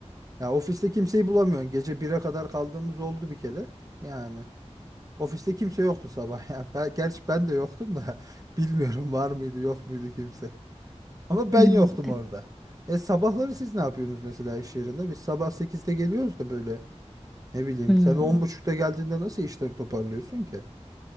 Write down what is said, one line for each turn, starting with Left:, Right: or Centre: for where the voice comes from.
Right: Ya ofiste kimseyi bulamıyorsun. Gece 1'e kadar kaldığımız oldu bir kere. Yani ofiste kimse yoktu sabah. <laughs> Yani ben, gerçi ben de yoktum da <laughs> bilmiyorum var mıydı yok muydu kimse. Ama
Centre: Ya,
Right: ben yoktum orada.
Centre: e-
Right: E sabahları siz ne yapıyorsunuz mesela iş yerinde? Biz sabah 8'de geliyoruz da böyle ne bileyim
Centre: Hmm.
Right: sen on buçukta geldiğinde nasıl işleri toparlıyorsun ki?